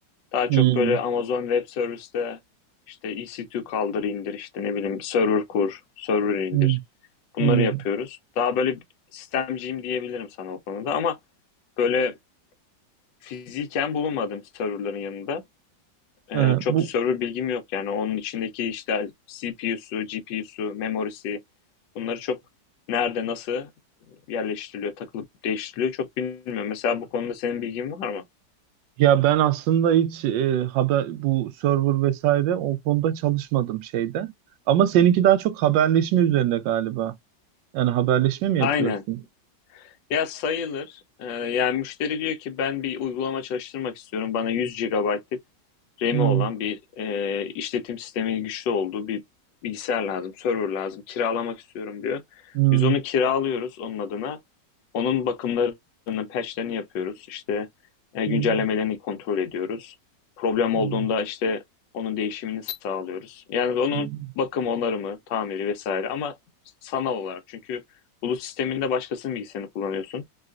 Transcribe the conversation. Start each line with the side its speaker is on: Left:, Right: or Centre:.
Left: Daha
Right: Hmm,
Left: çok böyle Amazon Web Service'te işte EC2 kaldır indir işte ne bileyim server kur, server indir.
Right: hmm,
Left: Bunları
Right: hmm.
Left: yapıyoruz. Daha böyle sistemciyim diyebilirim sana o konuda ama böyle fiziken bulunmadım serverların yanında.
Right: Ha,
Left: Ee, çok
Right: bu
Left: server bilgim yok yani onun içindeki işte CPU'su, GPU'su, memorisi bunları çok nerede nasıl yerleştiriliyor, takılıp değiştiriliyor çok bilmiyorum. Mesela bu konuda senin bilgin var mı?
Right: Ya ben aslında hiç e, haber bu server vesaire o konuda çalışmadım şeyde. Ama seninki daha çok haberleşme üzerine galiba. Yani haberleşme mi
Left: Aynen.
Right: yapıyorsun?
Left: Ya sayılır. Ee, yani müşteri diyor ki ben bir uygulama çalıştırmak istiyorum. Bana 100 GB'lık RAM'i
Right: Hmm,
Left: olan bir e, işletim sistemi güçlü olduğu bir bilgisayar lazım, server lazım. Kiralamak istiyorum diyor.
Right: hmm,
Left: Biz onu kiralıyoruz onun adına. Onun bakımlarını, patchlerini yapıyoruz. İşte e, güncellemelerini
Right: hmm,
Left: kontrol ediyoruz. Problem
Right: hmm,
Left: olduğunda işte onun değişimini sağlıyoruz. Yani onun
Right: hmm.
Left: bakımı, onarımı, tamiri vesaire ama sanal olarak. Çünkü Bulut sisteminde başkasının bilgisayarını kullanıyorsun.